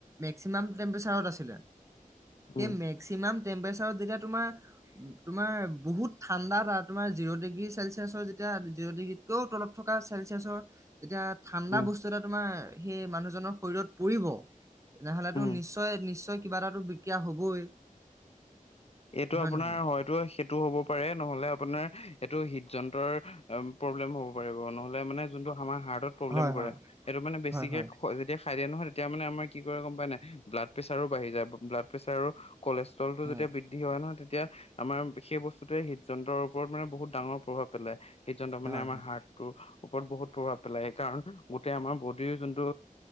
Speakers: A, on the right; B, on the left.
A: মেক্সিমাম টেম্পৰেচাৰত আছিলে। সেই
B: উম
A: মেক্সিমাম টেম্পৰেচাৰত যেতিয়া তোমাৰ তোমাৰ বহুত ঠাণ্ডা, এটা তোমাৰ জিৰ' ডিগ্ৰী 'চেলচিয়াছৰ যেতিয়া জিৰ' ডিগ্ৰীতকেও তলত থকা চেলচিয়াছৰ- এতিয়া ঠাণ্ডা
B: উম
A: বস্তু এটা তোমাৰ সেই মানুহজনৰ শৰীৰত পৰিব তেনেহলেতো
B: উম
A: নিশ্চয় নিশ্চয় কিবা এটাতো বিকয়া হবই
B: এইটো
A: হয়
B: আপোনাৰ
A: নহয়?
B: হয়তো সেইটো হ'ব পাৰে নহলে আপোনাৰ হেইতো হিত যন্ত্ৰৰ প্ৰব্লেম হ'ব পাৰিব নহলে আমাৰ প্ৰব্লেম
A: হয় হয়
B: কৰে সেইটো মানে বেছিকে
A: হয় হয়।
B: খ যেতিয়া খাই দিয়া নহয় তেতিয়া মানে আমাৰ কি কৰে গম পাই নাই ব্লাড প্ৰেছাৰো বাঢ়ি যায় ব্লাড প্ৰেছাৰো কলেত্ৰলটো
A: হয়
B: যেতিয়া হয় ন তেতিয়া- আমাৰ সেই বস্তুতে- যন্ত্ৰৰ ওপৰত মানে বহুত ডাঙৰ প্ৰভাৱ পেলাই- যন্ত্ৰ
A: হয়
B: মানে
A: হয়
B: আমাৰ
A: হয়।
B: হাৰ্টটো ওপৰত বহুত প্ৰভাৱ পেলাই সেই কাৰণ গোটেই আমাৰ বডিৰ যোনটো